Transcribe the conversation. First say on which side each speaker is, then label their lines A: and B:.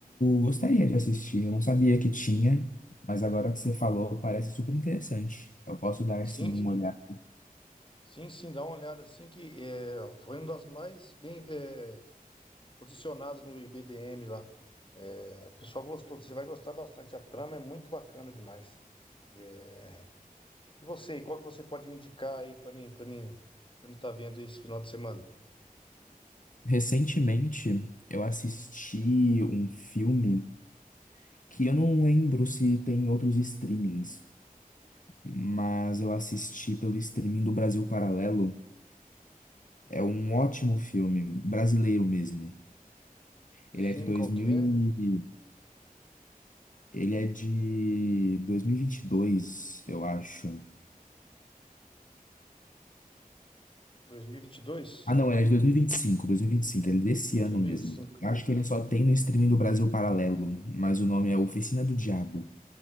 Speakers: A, on the left (about 60°); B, on the left (about 35°).
A: gostaria de assistir, eu não sabia que tinha, mas agora que você falou, parece super interessante. Eu posso dar
B: Sim,
A: sim uma olhada.
B: sim, sim, dá uma olhada assim que é, foi uma das mais bem é, posicionados no IBDM lá. É, o pessoal gostou, você vai gostar bastante. A trama é muito bacana demais. É, E você, qual que você pode me indicar aí pra mim, para mim, para mim tá vendo esse final de semana?
A: Recentemente, eu assisti um filme que eu não lembro se tem em outros streamings. mas eu assisti pelo streaming do Brasil Paralelo. É um ótimo filme, brasileiro mesmo. Ele
B: Sim,
A: é de 2000
B: qual que é?
A: e... Ele é de 2022, eu acho.
B: dois dois dois mil mil e vinte e dois?
A: Ah, não, ele é de 2025, 2025, ele é desse ano
B: dois mil
A: mesmo.
B: e vinte vinte e cinco
A: Acho que ele só tem no streaming do Brasil Paralelo, mas o nome é Oficina do Diabo.